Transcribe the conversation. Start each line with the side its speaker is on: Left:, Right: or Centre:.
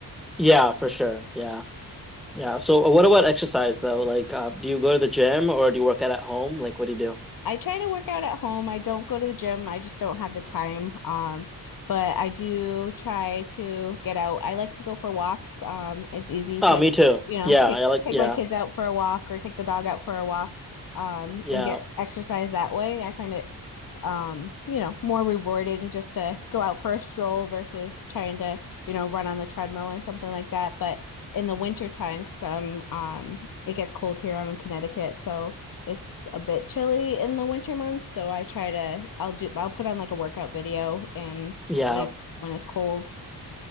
Centre: Yeah, for sure. Yeah. Yeah. So uh, what about exercise though? Like uh, do you go to the gym or do you work out at home? Like what do you do?
Left: I try to work out at home. I don't go to the gym. I just don't have the time. Um, but I do try to get out. I like to go for walks. Um, it's easy
Centre: Oh,
Left: to,
Centre: me too.
Left: you know,
Centre: Yeah,
Left: take
Centre: I like
Left: take
Centre: yeah,
Left: my kids out for a walk or take the dog out for a walk, um,
Centre: yeah,
Left: and get exercise that way. I find it, um, you know, more rewarding just to go out for a stroll versus trying to, you know, run on the treadmill or something like that. But in the winter time, because I'm, um, it gets cold here. I'm in Connecticut, so. It's a bit chilly in the winter months, so I try to I'll do I'll put on like a workout video and
Centre: yeah,
Left: when it's when it's cold.